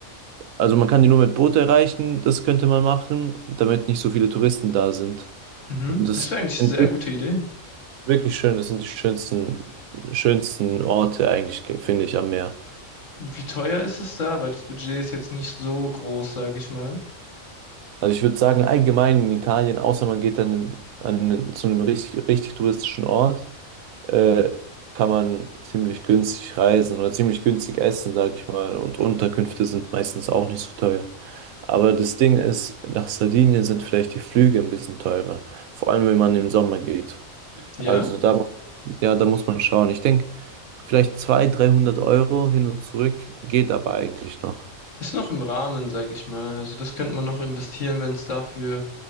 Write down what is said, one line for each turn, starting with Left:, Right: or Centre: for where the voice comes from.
Right: Also man kann die nur mit Boot erreichen, das könnte man machen, damit nicht so viele Touristen da sind.
Left: mhm.
Right: Und das
Left: Das wäre eigentlich
Right: sind
Left: eine sehr gute Idee.
Right: wirklich schön. Das sind die schönsten, schönsten Orte eigentlich, ge- finde ich, am Meer.
Left: Wie teuer ist es da? Weil das Budget ist jetzt nicht so groß, sag ich mal.
Right: Also ich würde sagen, allgemein in Italien, außer man geht dann in, an, den- zu einem richtig, richtig touristischen Ort, äh, kann man ziemlich günstig reisen oder ziemlich günstig essen, sage ich mal. Und Unterkünfte sind meistens auch nicht so teuer. Aber das Ding ist, nach Sardinien sind vielleicht die Flüge ein bisschen teurer. Vor allem, wenn man im Sommer geht. Also
Left: Ja,
Right: da, ja, da muss man schauen. Ich denke, vielleicht 200, 300 Euro hin und zurück geht aber eigentlich noch.
Left: ist noch im Rahmen, sag ich mal. Also das könnte man noch investieren, wenn es dafür